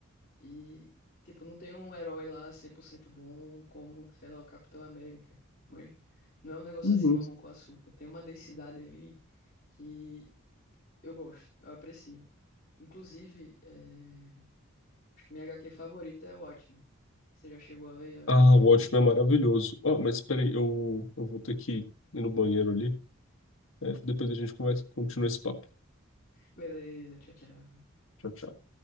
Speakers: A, on the left (about 45°); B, on the left (about 65°).
A: E, tipo, não tem um herói lá 100% bom como, sei lá, o Capitão América. Mas não é um negócio
B: uhum.
A: assim, mamão com açúcar. Tem uma densidade ali que eu gosto, eu aprecio. Inclusive, é, acho que minha HQ favorita é Watchmen. Você já chegou a ler, a
B: Ah,
A: ver o filme?
B: o Watchmen é maravilhoso. Ah, mas peraí, eu, eu vou ter que ir no banheiro ali. É, depois a gente conversa, continua esse papo.
A: Beleza, tchau, tchau.
B: Tchau, tchau.